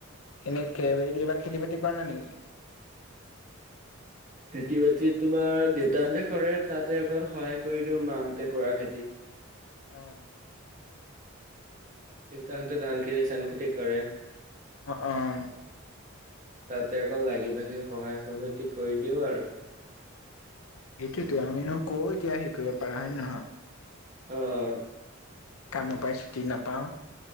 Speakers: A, on the left (about 85°); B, on the right (about 40°).
A: এনেকে হেঁতি এইবা খেতি-বাতি কৰা নাই নেকি?
B: খেতি-বাতি তোমাৰ দেউতাহঁতে কৰে তাতে অকণ সহায় কৰি দিওঁ মাহঁতে কৰা খেতিত।
A: অঁ
B: দেউতাহঁতে ধান খেতি, চান খেতি কৰে‌।
A: অঁ অঁ
B: তাতে অকল লাগি ভাগি সহায় সহযোগ কৰি দিওঁ আৰু।
A: সেইটোয়েটো আমিনো ক এতিয়া হেৰি কৰিব পাৰা হয়ে নহয়?
B: অঁ
A: কাম পাই ছুটি নাপাওঁ।